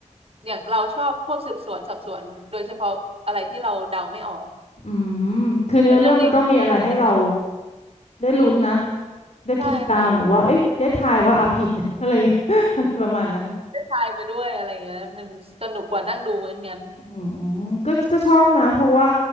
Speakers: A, on the right (about 50°); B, on the left (about 55°).
A: อย่างเราชอบพวกสืบสวนสอบสวนโดยเฉพาะอะไรที่เราเดาไม่ออก
B: อืมคือเนื้อเรื่องมันต้องมีอะไรให้เรา
A: แล้วเรื่องนี้ที่ได้
B: ได้ลุ้นนะได้คิดตามหรือว่าเอ้ยได้ทายว่าเอาผิด
A: ใช่ค่ะ
B: <laughs> อะไรอย่างเงี้ยอะไรประมาณนั้น
A: ได้ทายไปด้วยอะไรเงี้ยมันสนุกกว่านั่งดูเหมือนงั้น
B: อืมก็ก็ชอบนะเพราะว่า